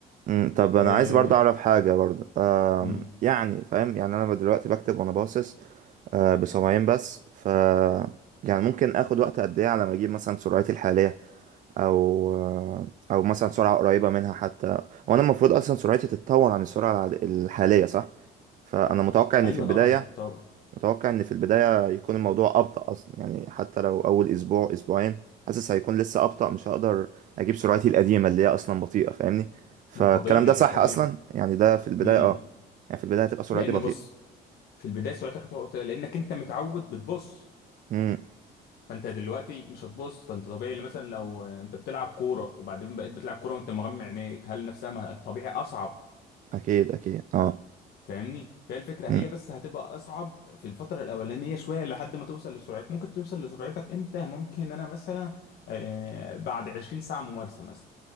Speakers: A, on the right; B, on the left.
A: امم طب انا
B: إيه.
A: عايز برضه اعرف حاجه برضه آم،
B: مم.
A: يعني فاهم يعني انا دلوقتي بكتب وانا باصص آه، بسمعين بس ف يعني ممكن اخد وقت قد ايه على ما اجيب مثلا سرعتي الحاليه او آه، او مثلا سرعه قريبه منها حتى وانا المفروض اصلا سرعتي تتطور عن السرعه العاد- الحاليه صح فانا متوقع ان
B: ايوه
A: في البدايه
B: طبعا هتتطور
A: متوقع ان في البداية يكون الموضوع أبطأ أصلا يعني حتى لو أول أسبوع أسبوعين حاسس هيكون لسه أبطأ مش هقدر أجيب سرعتي القديمة اللي هي أصلا بطيئة فاهمني فالكلام
B: ما طبيعي
A: ده صح
B: ده طبيعي
A: أصلا يعني ده في البداية
B: مم.
A: أه يعني في البداية هتبقى سرعتي
B: لان
A: بطيئة
B: بص في البداية سرعتك هتبقى قليلة لانك انت متعود بتبص
A: امم
B: فانت دلوقتي مش هتبص فانت طبيعي اللي مثلا لو آه، انت بتلعب كورة وبعدين بقيت بتلعب كورة وانت مغمى عينيك هل نفسها ما- طبيعي اصعب
A: أكيد أكيد أه
B: فاهمني فهي الفكره
A: امم
B: هي بس هتبقى اصعب في الفتره الاولانيه شويه لحد ما توصل لسرعتك ممكن توصل لسرعتك امتى ممكن انا مثلا آه بعد 20 ساعه ممارسه مثلا